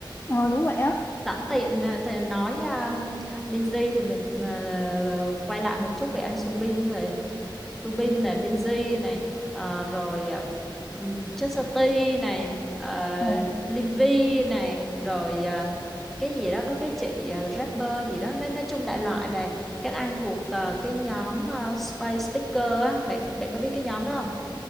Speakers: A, on the left; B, in the centre.
A: ờ, đúng vậy á
B: sẵn tiện à, thì nói um, Binz thì mình à, quay lại một chút về anh Subin thì Subin này Binz này à, rồi à, ừm, Chất Sơ Ti này uh,
A: ờ.
B: Lim này rồi à, cái gì đó có cái chị à, rapper gì đó nói, nói chung đại loại là các anh thuộc à, cái nhóm à, Space Speaker á bạn bạn có biết cái nhóm đó không